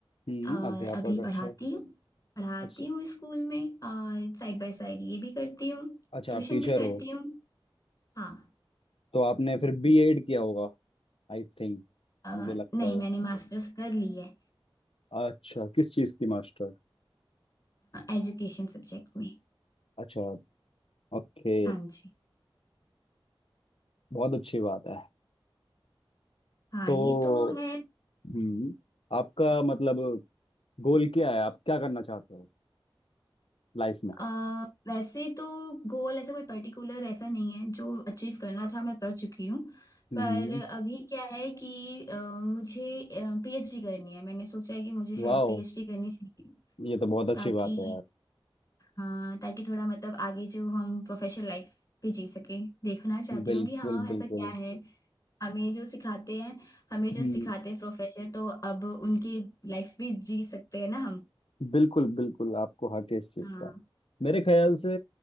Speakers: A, on the left; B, on the left.
A: हम्म
B: और
A: अध्यापक
B: अभी
A: अच्छा
B: पढ़ाती हूँ पढ़ाती
A: अच्छा
B: हूँ स्कूल में और साइड बाय साइड ये भी करती हूँ
A: अच्छा
B: ट्यूशन
A: आप टीचर
B: भी करती
A: हो
B: हूँ हाँ
A: तो आपने फिर बी एड किया होगा आई थिंक
B: अ,
A: मुझे लगता
B: नहीं
A: है
B: मैंने मास्टर्स कर ली है
A: अच्छा किस चीज की मास्टर
B: एजुकेशन सब्जेक्ट में
A: अच्छा ओके
B: हाँ जी
A: बहुत अच्छी बात है
B: हाँ
A: तो
B: ये तो है
A: हम्म आपका मतलब गोल क्या है आप क्या करना चाहते हो लाइफ में
B: अ, वैसे तो गोल ऐसा कोई पर्टिकुलर ऐसा नहीं है जो अचीव करना था मैं कर चुकी हूँ
A: हम्म
B: पर अभी क्या है कि अ, मुझे पीएचडी करनी है मैंने सोचा है कि मुझे शायद
A: वाह
B: पीएचडी करनी चाहिए
A: ये तो बहुत अच्छी
B: ताकि
A: बात है यार
B: हाँ ताकि थोड़ा मतलब आगे जो हम प्रोफेशनल लाइफ भी जी सके देखना चाहती
A: बिल्कुल
B: हूँ कि हाँ ऐसा
A: बिल्कुल
B: क्या है हमें जो सिखाते हैं हमें जो
A: हम्म
B: सिखाते हैं प्रोफेसर तो अब उनकी लाइफ भी जी सकते हैं ना हम
A: बिल्कुल बिल्कुल आपको हक है इस चीज
B: हाँ
A: का मेरे ख्याल से